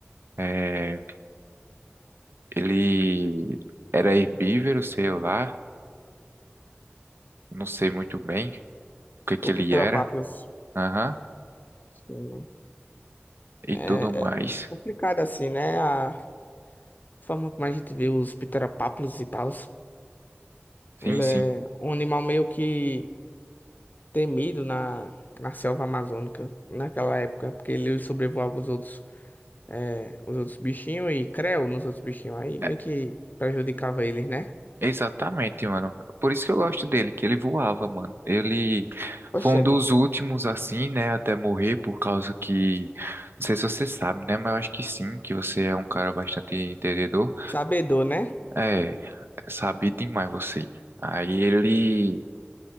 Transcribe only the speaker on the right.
é Ele era herbívoro, sei lá, não sei muito bem o que que
ele era, aham,
e
tudo mais.
Sim,
sim.
É,
Exatamente, mano. Por isso que eu gosto dele, que ele voava, mano. Ele foi
um dos últimos, assim, né, até morrer, por causa que. Não sei se você sabe, né, mas eu acho que sim, que você é um cara bastante entendedor.
É, sabe demais você. Aí ele